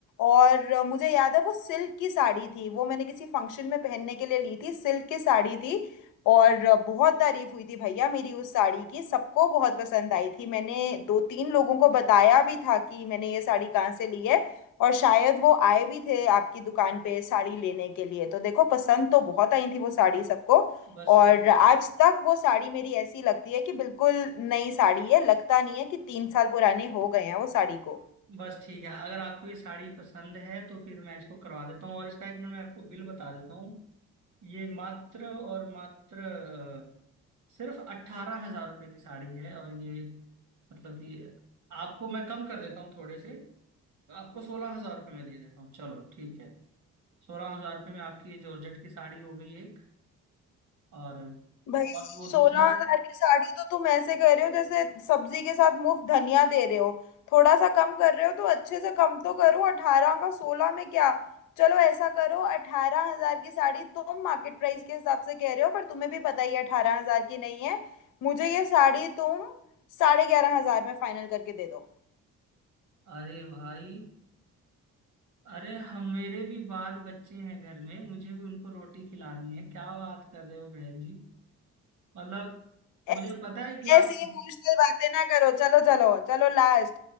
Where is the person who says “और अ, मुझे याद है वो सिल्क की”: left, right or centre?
Left